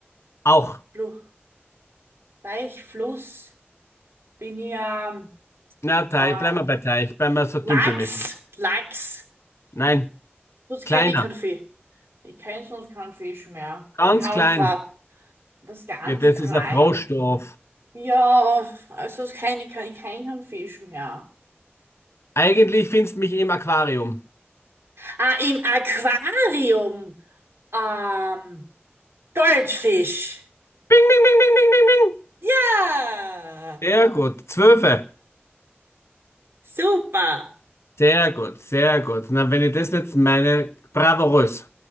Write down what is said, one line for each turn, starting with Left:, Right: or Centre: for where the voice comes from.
Left: Auch.
Right: Flu Teich, Fluss? Bin ich, ähm,
Left: Na, Teich,
Right: äh,
Left: bleiben wir bei Teich, bleiben wir so
Right: Lachs?
Left: dümpelmäßig.
Right: Lachs?
Left: Nein,
Right: Sonst kenne
Left: kleiner,
Right: ich keinen Fisch. Ich kenne sonst keinen Fisch mehr.
Left: ganz
Right: Kaulquap,
Left: klein.
Right: was ganz
Left: Ja, das
Right: klein.
Left: ist ein Froschdorf.
Right: Ja, also sonst kenne ich, kein- ich kenn keinen Fisch mehr.
Left: Eigentlich findest du mich im Aquarium.
Right: Ah, im Aquarium. Ähm, Goldfisch.
Left: Bing, bing, bing, bing, bing, bing, bing.
Right: Ja,
Left: Sehr gut, Zwölfe.
Right: super.
Left: Sehr gut, sehr gut. Na, wenn ich das jetzt meine, bravourös.